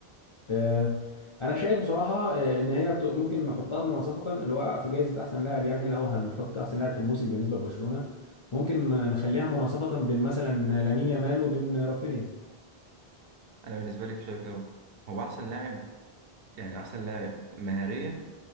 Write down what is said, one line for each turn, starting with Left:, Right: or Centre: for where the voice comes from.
Left: أه، انا شايف بصراحه أه، ان هي ت- ممكن نحطها مناصفه اللي هو في جائزه احسن لاعب يعني لو هنحط احسن لاعب في الموسم بالنسبه لبرشلونه ممكن نخليها مناصفه بين مثلا لامين يامال وبين رافينيا
Right: انا بالنسبه لي شايف كده برضه. هو احسن لاعب يعني احسن لاعب مهاريا